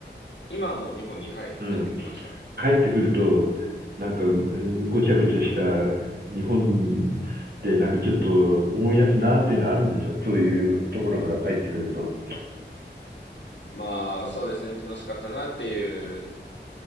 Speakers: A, on the left; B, on the right.
A: 今はもう日本に、はい、
B: うん。
A: 帰ってきました。
B: 帰ってくると、なんかごちゃごちゃした日本でなんかちょっと思い出すなっていうのはあるんでしょ。そういうところから帰ってくると。
A: まあ、そうですね。楽しかったなっていう